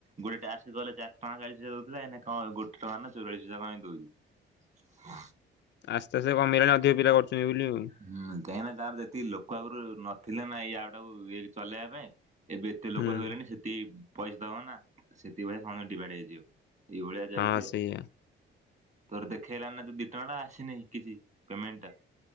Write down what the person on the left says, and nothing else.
ଆସ୍ତେ ଆସ୍ତେ କମେଇଲାଣି ଅଧିକ ପିଲା କରୁଛନ୍ତି ବୁଲି।
ହୁଁ
ହଁ
ସେଇଆ